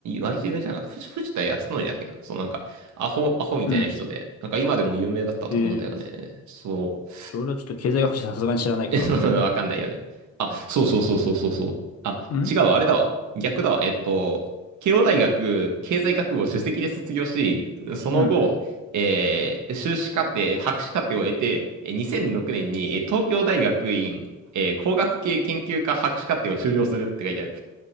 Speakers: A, on the right; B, on the left.
A: 割と有名じゃない藤藤田康則だっけな。そう、なんか、アホ、アホみたいな人で、
B: うん。
A: なんか今でも有名だったと思うんだよね。
B: へー。
A: そう。
B: ちょ、俺はちょっと経済学者さすがに知らないから。
A: <laughs> わかんないよね。あ、そうそうそうそうそうそう。あ、
B: うん。
A: 違うわ、あれだわ。逆だわ。えっと、慶応大学経済学部を首席で卒業し、その後、
B: うん。
A: えー修士課程、博士課程を得て、え2006年にえー東京大学院、えー工学系研究科博士課程を修了するって書いてある。